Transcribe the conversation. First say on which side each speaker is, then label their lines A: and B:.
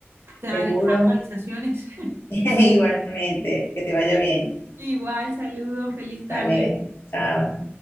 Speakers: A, on the right (about 65°); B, on the left (about 65°).
A: Te daré
B: Seguro.
A: las actualizaciones. <laughs>
B: <laughs> Igualmente, que te vaya bien.
A: Igual, saludos, feliz tarde.
B: Vale, chao.